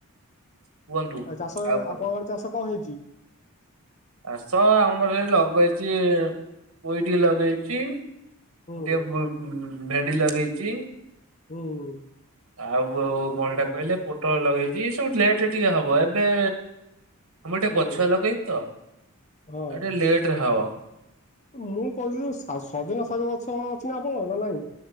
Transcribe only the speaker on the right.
କୁହନ୍ତୁ
ଆଉ କଣ
ଚାଷ ଆମର ସେ ଲଗେଇଛି ପୋଇ ଟିକେ ଲଗେଇଛି।
ଟେକେ ଭୃ ଭେଣ୍ଡି ଲଗେଇଛି।
ଆଉ ଉ କଣ ସେଟା କହିଲେ ପୋଟଳ ଲଗେଇଛି ସବୁ ଲେଟେ ଟିକେ ହବ। ଏବେ ଆମର ଟିକେ
ପଛୁଆ ଲଗେଇଛୁ ତ ଆଉ
ଟିକେ ଲେଟ ରେ ହବ।